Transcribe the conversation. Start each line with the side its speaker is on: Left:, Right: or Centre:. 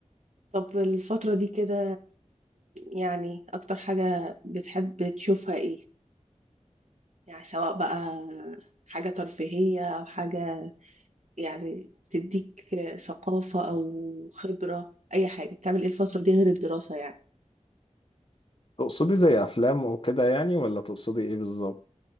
Right: طب الفترة دي كده يعني أكتر حاجة بتحب تشوفها إيه؟ يعني سواء بقى حاجة ترفيهية أو حاجة يعني تديك ثقافة أو خبرة أي حاجة بتعمل إيه الفترة دي غير الدراسة يعني
Left: تقصدي زي افلام وكده يعني ولا تقصدي ايه بالظبط